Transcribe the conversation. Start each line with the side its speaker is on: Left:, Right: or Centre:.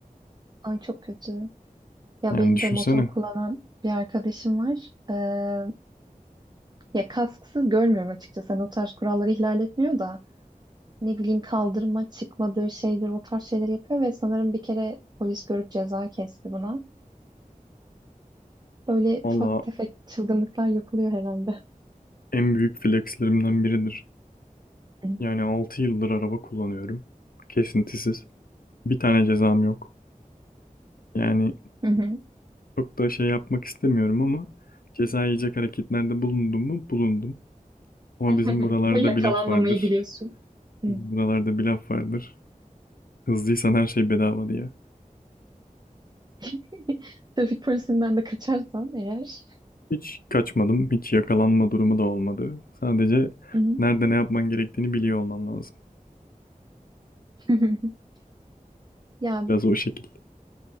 Right: Ay çok kötü. Ya
Left: Yani
Right: benim
Left: düşünsene.
Right: de motor kullanan bir arkadaşım var. Ee, ya kasksız görmüyorum açıkçası. Hani o tarz kuralları ihlal etmiyor da ne bileyim kaldırma çıkmadır şeydir o tarz şeyler yapıyor ve sanırım bir kere polis görüp ceza kesti buna. Böyle
Left: Valla
Right: ufak tefek çılgınlıklar yapılıyor herhalde.
Left: en büyük flexlerimden biridir.
Right: Hı
Left: Yani 6 yıldır araba kullanıyorum. Kesintisiz. Bir tane cezam yok. Yani
Right: hı.
Left: çok da şey yapmak istemiyorum ama ceza yiyecek hareketlerde bulundum mu? Bulundum. Ama
Right: <laughs>
Left: bizim buralarda
Right: Ama yakalanmamayı
Left: bir laf vardır.
Right: biliyorsun. Hı.
Left: Bizim buralarda bir laf vardır. Hızlıysan her şey bedava diye.
Right: <laughs> Trafik polisinden de kaçarsan eğer.
Left: Hiç kaçmadım, hiç yakalanma durumu da olmadı. Sadece
Right: Hı hı.
Left: nerede ne yapman gerektiğini biliyor olman lazım.
Right: <laughs> Ya
Left: Biraz o şekil.